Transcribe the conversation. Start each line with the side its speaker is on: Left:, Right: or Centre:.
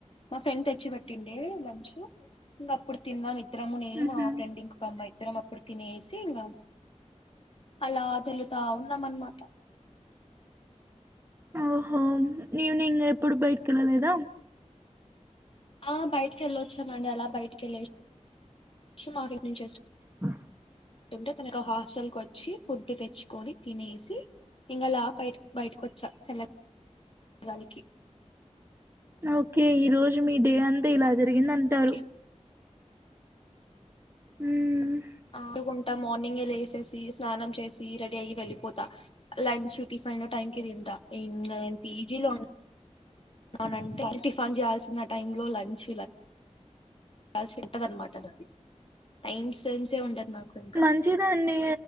Left: మా ఫ్రెండ్ తెచ్చిపట్టిండ లంచ్ ఇంక అప్పుడు తిన్నాం ఇద్దరము నేను
Right: ఉహు
Left: మా ఫ్రెండ్ ఇంకోక అమ్మాయి ఇద్దరం అప్పుడు తినేసి ఇంకా అలా తిరుగుతా ఉన్నాం అన్నమాట
Right: ఓహో ఈవినింగ్ ఎప్పుడు బయటికి వెళ్ళలేదా
Left: ఆ బయటికి వెళ్ళ వచ్చామండి అలా బయటికి వెళ్ళ <unintelligible>
Right: ఆ
Left: అంటే తన హాస్టల్ క వచ్చి ఫుడ్ తెచ్చుకొని తినేసి ఇంగలా బ బయటకొచ్చా చల్లనీ గాలి కి
Right: ఓకే ఈ రోజు మీ డే అంతా ఇలా జరిగింద అంటారు
Left: ఇంకేం
Right: ఉమ్
Left: అడుకుంటా మార్నింగే లేసేసి స్నానం చేసి రెడీ అయి వెళ్ళిపోతా లంచ్ టిఫైన్ టైంకి తింటా ఇంగ పీజీలో అనంటే టిఫాన్ చేయాల్సిన టైమ్ లో లంచ్ కాల్సి ఉంటది అనమాట అది టైమ్ సెన్సే ఉండదు నాకు ఇంకా
Right: మంచిదండి